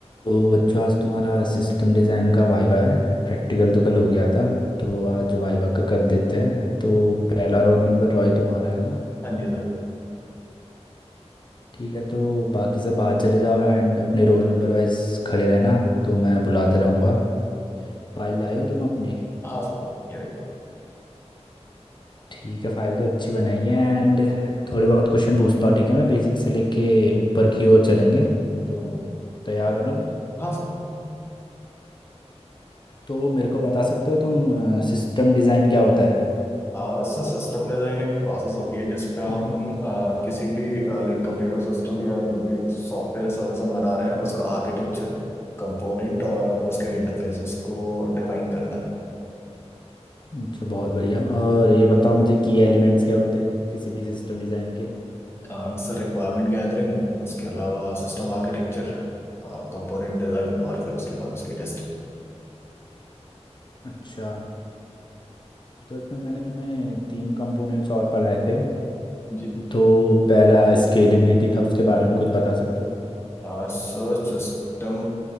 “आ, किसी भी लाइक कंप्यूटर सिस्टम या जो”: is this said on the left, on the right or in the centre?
Left